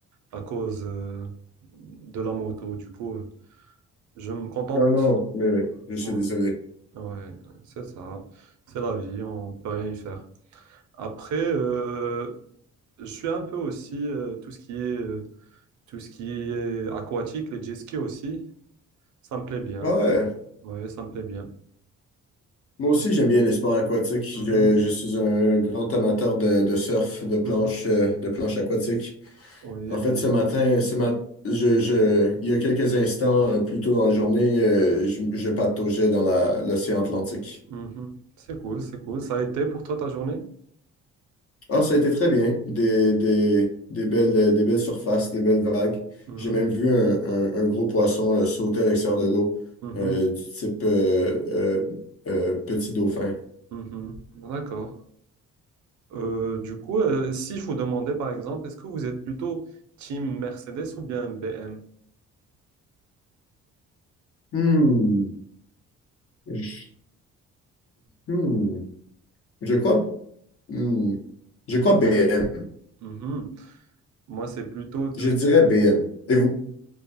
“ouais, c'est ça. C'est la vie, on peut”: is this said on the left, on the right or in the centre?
Right